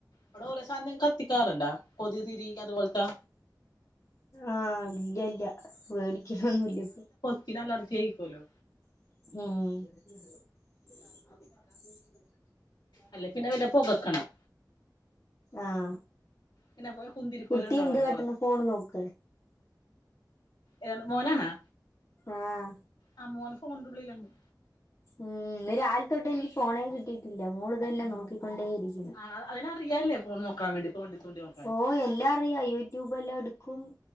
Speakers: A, on the left (about 80°); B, on the left (about 45°).
A: അവിടെ ഓരോ സാധനം കത്തിക്കാറുണ്ടാ കൊതുക് തിരി അതുപോലത്താ
B: ആഹ് ഇല്ല ഇല്ല വേടിക്കണൊന്നുമല്ല ഇപ്പൊ
A: പിന്നെ അലർജിയായിരിക്കല്ലോ
B: ഉം
A: അല്ലേപിന്നെ വല്ല പുകക്കണം
B: ആഹ
A: പിന്നെ കുന്തിരിക്കോലം
B: കുട്ടി
A: ഉണ്ടാവല്ലോ
B: എന്ത് കട്ടെണ് ഫോണ് നോക്കേ
A: ഏ മോനാണോ
B: ആഹ്
A: ആ മോൻക്കും കൊണ്ടുള്ളില്ലല്ലോ
B: ഉം ഇന്ന് രാലത്തോട്ട് എനിക്ക് ഫോണേ കിട്ടിയിട്ടില്ല മോള് ഇതന്നെ നോക്കിക്കൊണ്ടേ ഇരിക്ക്വാ
A: ആ. അതിനറിയാലേ ഫോണ് നോക്കാ വേണ്ടിട്ട് തോണ്ടി തോണ്ടി നോക്കാൻ
B: ഓ എല്ലാ അറിയ യൂട്യൂബ് എല്ലാം എടുക്കും